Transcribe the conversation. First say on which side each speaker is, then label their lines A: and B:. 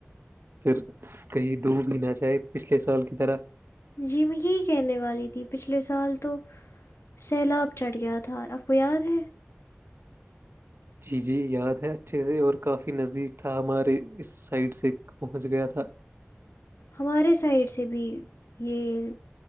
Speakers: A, on the right; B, on the left.
A: پھر کہیں ڈوب بھی نہ چاہے پچھلے سال کی طرح
B: جی میں یہی کہنے والی تھی پچھلے سال تو سیلاب چڑھ گیا تھا آپ کو یاد ہے
A: جی جی یاد ہے اچھے سے اور کافی نزدیک تھا ہمارے اس سائڈ سے پہنچ گیا تھا
B: ہمارے سائڈ سے بھی یہ